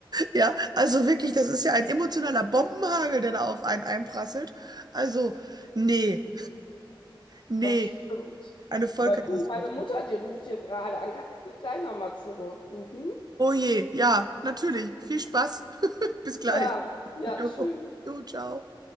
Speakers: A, on the right; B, on the left.
A: Ja, also wirklich, das ist ja ein emotionaler Bombenhagel, der da auf einen einprasselt. Also, nee, nee,
B: das stimmt.
A: eine Vollkatastrophe.
B: Aber du, meine Mutter, die ruft hier gerade an, kann ich dich gleich nochmal zurückrufen?
A: Oh je, ja, natürlich. Viel Spaß. <laughs> Bis gleich.
B: Ja, ja,
A: Jo,
B: tschüss.
A: jo, ciao.